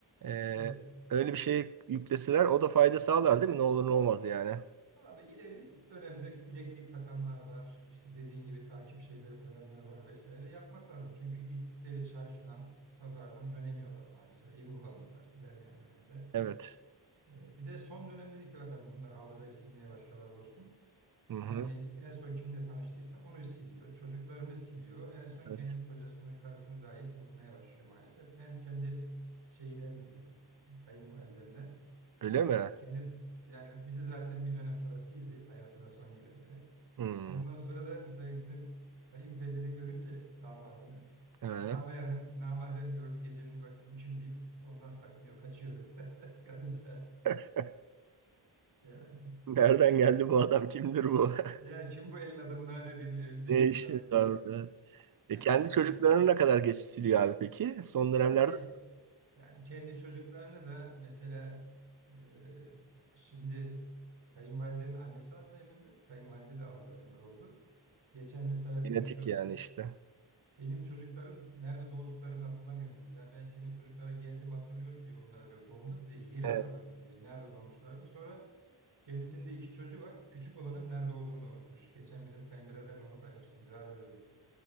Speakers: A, on the right; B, on the right.
A: Ee,
B: Evet.
A: öyle bir şey yükleseler o da fayda sağlar değil mi? Ne olur ne olmaz yani.
B: Abi ileri dönemde bileklik takanlar var. işte dediğin gibi takip şeyleri koyanlar var vesaire. Yapmak lazım. Çünkü gittikleri çarşıdan, pazardan dönemiyorlar maalesef. Evi bulamıyorlar ilerleyen dönemde.
A: Evet.
B: Ee, Bir de son dönemden itibaren bunlar hafızayı silmeye başlıyorlar dostum.
A: Hı
B: Yani
A: hı.
B: en son kimle tanıştıysa onu siliyor. Çocuklarını siliyor. En son kendi
A: Evet.
B: kocasını, karısını dahil unutmaya başlıyor maalesef. Ben kendi şeyden biliyorum. Kayınvalidemden.
A: Öyle mi?
B: Ee, kendi yani bizi zaten bir dönem sonra sildi hayatına son girenleri.
A: Hmm.
B: Ondan sonra da mesela bizim kayınpederi görünce damadını
A: He.
B: namahrem, namahrem gördü gecenin bir vakti bu kim deyip ondan sakınıyor, kaçıyordu <laughs> kadıncağız.
A: <laughs>
B: Yani
A: Nereden geldi bu adam? Kimdir bu? <laughs>
B: Ya kim bu elin adamını arıyor benim evimde
A: Ne
B: gibi
A: işi
B: kadıncağız.
A: orada?
B: Yani
A: E kendi
B: düşünsene.
A: çocuklarını ne kadar geç siliyor abi peki? Son dönemlerde
B: En, s- yani kendi çocuklarını da mesela e, şimdi kayınvalidenin annesi Alzheimer'dı. Kayınvalide de Alzheimer oldu. Geçen mesela
A: genetik
B: konuşuyorduk.
A: yani işte.
B: Benim çocukların nerede doğduklarını hatırlamıyorum dedi. Ya ben senin çocuklara geldim hatırlıyorum diyor onlara diyor. Doğumda da diyor yeri
A: Evet.
B: hatırlamıyorum diyor. Nerede doğmuşlardı. Sonra kendisinin de iki çocuğu var. Küçük olanın nerede olduğunu da unutmuş. Geçen bizim kayınbiraderle onu paylaştım. Birader dedim.